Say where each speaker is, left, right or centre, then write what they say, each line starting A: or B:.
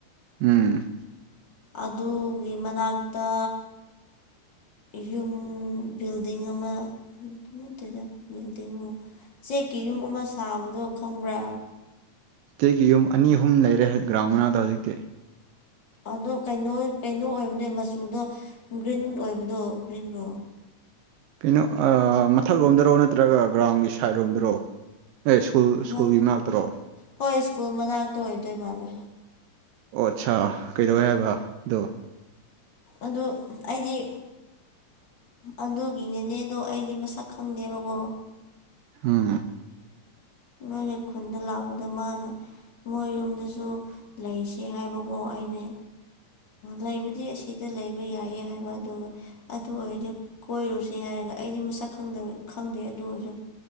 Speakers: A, on the right (about 80°); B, on the left (about 35°).
A: ꯎꯝ
B: ꯑꯗꯨꯒꯤ ꯃꯅꯥꯛꯇ ꯌꯨꯝ ꯕꯤꯜꯗꯤꯡ ꯑꯃ ꯅꯠꯇꯦꯗ ꯕꯤꯜꯗꯤꯡ ꯆꯦꯛꯀꯤ ꯌꯨꯝ ꯑꯃ ꯁꯥꯕꯗꯣ ꯈꯪꯕ꯭ꯔꯥ
A: ꯑꯒꯤ ꯌꯨꯝ ꯑꯅꯤ ꯑꯍꯨꯝ ꯂꯩꯔꯦ ꯒ꯭ꯔꯥꯎꯟ ꯃꯅꯥꯗ ꯍꯧꯖꯤꯛꯇꯤ
B: ꯑꯗꯣ ꯀꯩꯅꯣ ꯀꯩꯅꯣ ꯑꯣꯏꯕꯅꯦ ꯃꯆꯨꯗꯣ ꯒ꯭ꯔꯤꯟ ꯑꯣꯏꯕꯗꯣ ꯒ꯭ꯔꯤꯟꯗꯣ
A: ꯀꯩꯅꯣ ꯃꯊꯛ ꯂꯣꯝꯗꯔꯣ ꯅꯠꯇ꯭ꯔꯒ ꯒ꯭ꯔꯥꯎꯟꯒꯤ ꯁꯥꯏꯠ ꯔꯣꯝꯗꯔꯣ ꯑꯦ ꯁ꯭ꯀꯨꯜ
B: ꯑꯃ
A: ꯁ꯭ꯀꯨꯜꯒꯤ ꯃꯅꯥꯛꯇꯔꯣ
B: ꯍꯣꯏ ꯁ꯭ꯀꯨꯜ ꯃꯅꯥꯛꯇ ꯑꯣꯏꯗꯣꯏ ꯃꯥꯜꯂꯦ
A: ꯑꯣ ꯑꯠꯆꯥꯥ ꯀꯩꯗꯧꯋꯦ ꯍꯥꯏꯕ ꯑꯣ
B: ꯑꯗꯨ ꯑꯩꯗꯤ ꯑꯗꯨꯒꯤꯅꯦꯅꯦꯗꯣ ꯑꯩꯗꯤ ꯃꯁꯛ ꯈꯪꯗꯦꯕꯀꯣ
A: ꯑꯝ
B: ꯅꯣꯏꯒꯤ ꯈꯨꯟꯗ ꯂꯥꯛꯄꯗ ꯃꯥꯅ ꯃꯣꯏ ꯌꯨꯝꯗꯁꯨ ꯂꯩꯁꯤ ꯍꯥꯏꯕꯀꯣ ꯑꯩꯅ ꯂꯩꯕꯗꯤ ꯑꯁꯤꯗ ꯂꯩꯕ ꯌꯥꯏꯌꯦ ꯍꯥꯏꯕ ꯑꯗꯨꯒ ꯑꯗꯨ ꯑꯣꯏꯔꯗꯤ ꯀꯣꯏꯔꯨꯁꯤ ꯍꯥꯏ ꯍꯥꯏꯔꯒ ꯑꯩꯗꯤ ꯃꯁꯛꯪ ꯈꯪꯗꯦ ꯑꯗꯨ ꯑꯣꯏꯔꯁꯨ